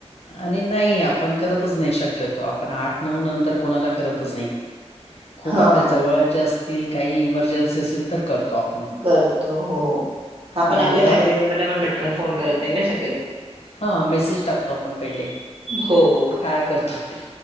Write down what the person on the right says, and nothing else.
हा
करतो हो आपण
आपल्या
फॅमिली मेंबरला पण पटकन फोन करत नाही ना शक्यतो.
हो